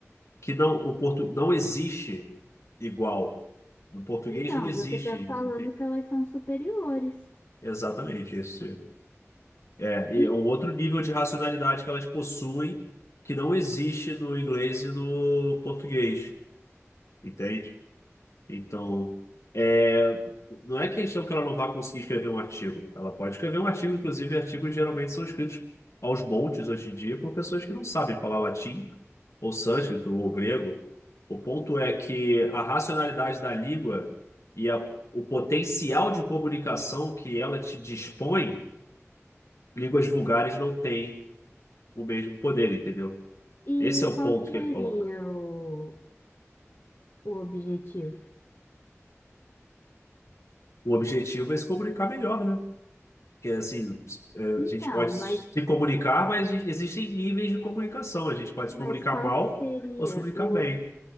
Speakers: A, on the left; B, on the left.
A: que não, o portu, não existe igual. No português
B: então
A: não existe
B: você está falando
A: isso, entende?
B: que elas são superiores.
A: Exatamente, esse é, e
B: E,
A: é um outro nível de racionalidade que elas possuem que não existe no inglês e no português, entende? Então, é, não é questão que ela não vá conseguir escrever um artigo. Ela pode escrever um artigo, inclusive artigos geralmente são escritos aos montes hoje em dia por pessoas que não sabem falar latim ou sânscrito, ou grego. O ponto é que a racionalidade da língua e a- o potencial de comunicação que ela te dispõe, línguas vulgares não têm o mesmo poder, entendeu?
B: e
A: Esse é o
B: qual
A: ponto
B: seria
A: que ele coloca.
B: o, o objetivo?
A: O objetivo é se comunicar melhor, né? Porque assim, é, a
B: Então,
A: gente pode se
B: mas,
A: comunicar, mas existem níveis de comunicação. A gente pode
B: mas
A: se comunicar
B: qual
A: mal
B: que seria
A: ou se comunicar
B: o...
A: bem.